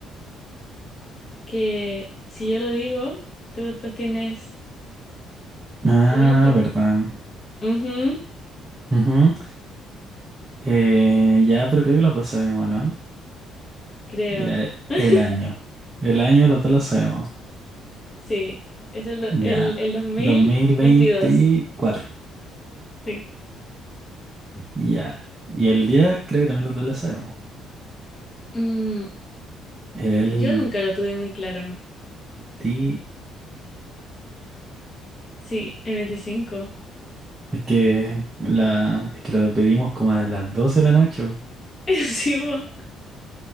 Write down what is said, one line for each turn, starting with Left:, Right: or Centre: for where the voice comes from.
Left: que, si yo lo digo, tú después tienes,
Right: ah,
Left: tendríamos que,
Right: verdad.
Left: Ujú,
Right: Ujú. Eh, ya, pero creo que los dos sabemos, ¿no?
Left: creo.
Right: Mira,
Left: <laughs>
Right: el año. El año los dos lo sabemos.
Left: Sí, es el, do- el,
Right: Ya.
Left: el 2022.
Right: dos mil veinticuatro.
Left: Sí.
Right: Ya. Y el día creo que también los dos la sabemos.
Left: Mm,
Right: El
Left: yo nunca lo tuve muy claro.
Right: 25.
Left: Sí, el 25,
Right: Es que la, es que lo pedimos como a las 12 de la noche. bo.
Left: <laughs> Sí, po.